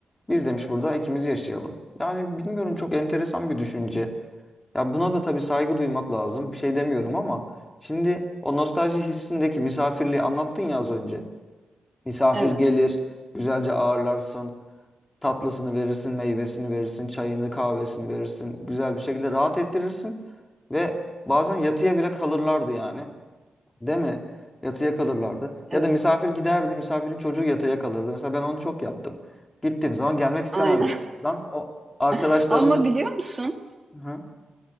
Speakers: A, on the left (about 15°); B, on the right (about 20°).
A: Biz demiş burada ikimiz yaşayalım. Yani bilmiyorum çok enteresan bir düşünce. Ya buna da tabii saygı duymak lazım. Bir şey demiyorum ama şimdi o nostalji hissindeki misafirliği anlattın ya az önce. Misafir
B: Evet,
A: gelir, güzelce ağırlarsın, tatlısını verirsin, meyvesini verirsin, çayını, kahvesini verirsin. Güzel bir şekilde rahat ettirirsin ve bazen yatıya bile kalırlardı yani. Değil mi? Yatıya kalırlardı.
B: evet.
A: Ya da misafir giderdi, misafirin çocuğu yatıya kalırdı. Mesela ben onu çok yaptım. Gittiğim zaman gelmek istemezdim.
B: Aynen.
A: Ben o arkadaşlarımla
B: <laughs> Ama biliyor musun?
A: Hı hı.